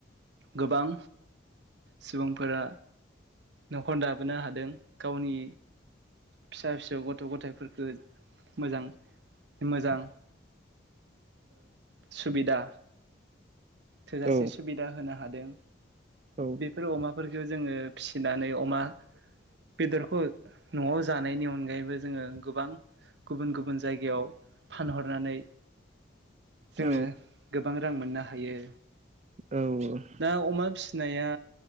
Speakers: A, on the right; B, on the right.
A: गोबां सुबुंफोरा न'खर दाबोनो हादों गावनि फिसा फिसौ गथ' गथायफोरफोरखौ मोजां मोजां सुबिदा थोजासे
B: औ
A: सुबिदा होनो हादों
B: औ
A: बेफोर अमाफोरखौ जोङो फिसिनानै अमा बेदरखौ न'आव जानायनि अनगायैबो जोङो गोबां गुबुन गुबुन जायगायाव फानहरनानै जोङो
B: औ
A: गोबां रां मोननो हायो
B: औ
A: दा अमा फिसि फिनाया